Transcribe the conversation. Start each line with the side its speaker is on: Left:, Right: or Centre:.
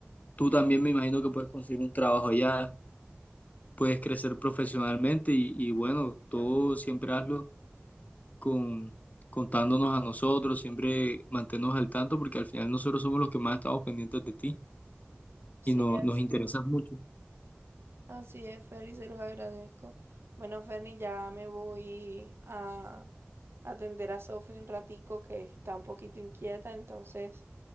Left: Tú también me imagino que puedes conseguir un trabajo allá, puedes crecer profesionalmente y, y bueno, todo siempre hazlo con, contándonos a nosotros, siempre mantenernos al tanto porque al final nosotros somos los que más estamos pendientes de ti.
Right: Sí,
Left: y no, nos
Right: así
Left: interesa
Right: es.
Left: mucho.
Right: Así es, Ferny, se los agradezco. Bueno, Ferny, ya me voy a atender a Sophie un ratico que está un poquito inquieta, entonces